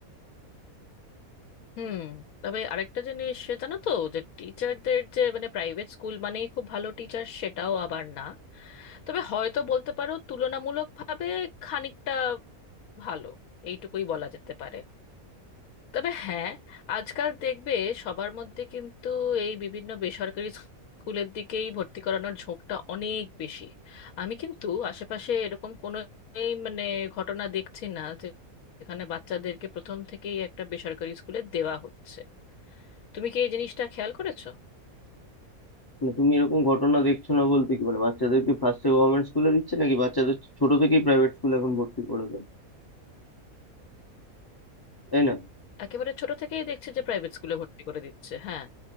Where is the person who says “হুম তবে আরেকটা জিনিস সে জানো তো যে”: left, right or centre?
Left